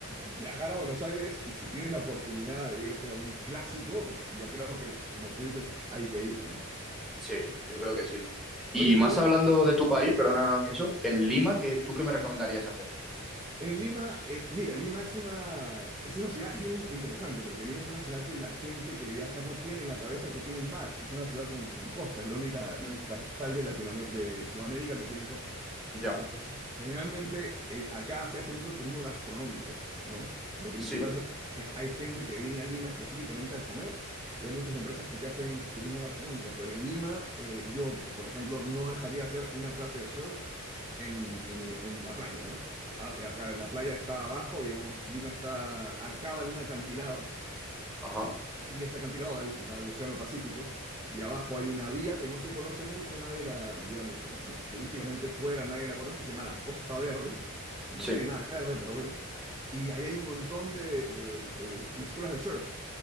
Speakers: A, on the right; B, in the centre.
A: Viajar a Buenos Aires y si tienes la oportunidad de irte a un clásico, pues yo creo que, como tú dices, hay que ir, ¿no?
B: Sí, yo creo que sí. Y
A: Oye,
B: más
A: tú viajas.
B: hablando de tu país, perdona que eso, en Lima, ¿qué, tú qué me recomendarías hacer?
A: En Lima, eh, mira, Lima es una, es una ciudad, es bien interesante, porque Lima es una ciudad que la gente que viaja no tiene en la cabeza que tiene mar, es una ciudad con, con costa, es la única
B: Mm,
A: capital de Latinoamérica, de Sudamérica que tiene costa.
B: ya,
A: Entonces, generalmente eh, acá se hace mucho turismo gastronómico, ¿no? Lo principal
B: sí,
A: es, hay, hay gente que viene a Lima específicamente a comer y hay muchas empresas que te hacen turismo gastronómico, pero en Lima eh, yo, por ejemplo, no dejaría hacer una clase de surf en, en en la playa, ¿no? a- acá la playa está abajo, digamos, Lima está, acaba en un acantilado
B: Ajá,
A: y ese acantilado da, al da al Océano Pacífico y abajo hay una vía que no se conoce mucho, nadie la, digamos, eh, turísticamente fuera, nadie la conoce, se llama la Costa Verde, que no
B: sí.
A: tiene nada de verde, pero bueno, y ahí hay un montón de, de- de- de escuelas de surf.